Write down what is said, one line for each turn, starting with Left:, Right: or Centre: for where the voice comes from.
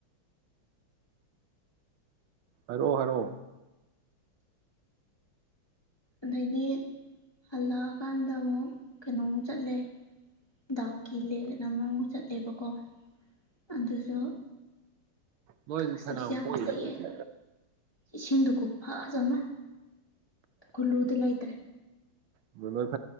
Right: ꯍꯥꯏꯔꯣ ꯍꯥꯏꯔꯣ
Left: ꯑꯗꯒꯤ ꯍꯜꯂꯛꯑꯀꯥꯟꯗ ꯑꯃꯨꯛ ꯀꯩꯅꯣꯃꯨꯛ ꯆꯠꯂꯦ ꯗꯥꯎ ꯀꯤꯂꯦ ꯀꯅꯥ ꯑꯃꯃꯨꯛ ꯆꯠꯂꯦꯕꯀꯣ ꯑꯗꯨꯁꯨ
Right: ꯅꯣꯏꯗꯤ
Left: ꯑꯁ
Right: ꯐꯅꯥꯝ
Left: ꯑꯗꯨꯁꯨ ꯌꯥꯝ
Right: ꯀꯣꯏꯅꯦ
Left: ꯐꯖꯩꯌꯦ
Right: ꯑꯗꯨꯗꯤ
Left: ꯏꯁꯤꯡꯗꯨ ꯈꯨꯐꯖꯃꯥ ꯀꯨꯂꯨꯗꯤ ꯂꯩꯇ꯭ꯔꯦ
Right: ꯂꯣꯏꯃꯛ